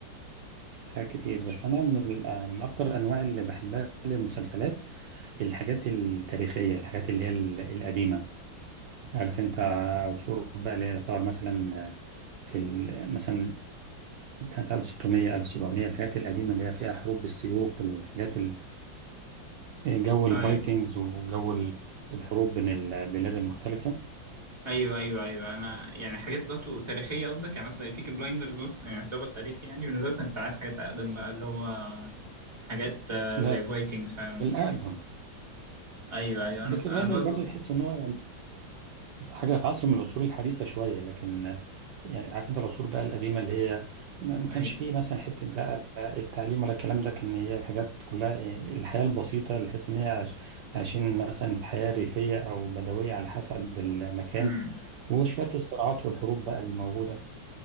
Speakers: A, on the right; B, on the right.
A: حاجات كتير
B: ش-
A: بس انا من, آه، من اكتر الانواع اللي بحبها للمسلسلات الحاجات التاريخيه الحاجات اللي هي ال- القديمه عارف انت ع- عصور بقى اللي هي تعتبر مثلا آه، في ال- مثلا سنه 1600 1700 الحاجات القديمه اللي هي فيها حروب بالسيوف الحاجات ال- جو الفايكنجز
B: آه، ايوه
A: وجو ال- الحروب بين البلاد المختلفه
B: ايوه ايوه ايوه انا يعني حاجات برضه تاريخية قصدك يعني مثلا بيكي بلايندرز يعني يعتبر تاريخي يعني بالنسبة لي كنت عايز حاجات اقدم بقى اللي هو حاجات آه،
A: لا
B: زي فايكنجز فعلا
A: الاقدم
B: ايوه ايوه
A: بيكي
B: انا
A: بلاندرز
B: أنا برضه
A: برضه تحس ان هو حاجة في عصر من العصور الحديثة شوية لكن آه، يعني عارف انت العصور بقى القديمة اللي هي ما ما كانش
B: ايوه
A: فيه مثلا حتة بقى التعليم ولا الكلام ده كان هي الحاجات كلها يعني الحياة البسيطة اللي تحس ان هي عايش- عايشين مثلا في حياة ريفية او بدوية على حسب المكان
B: امم
A: وشوية الصراعات والحروب بقى الموجودة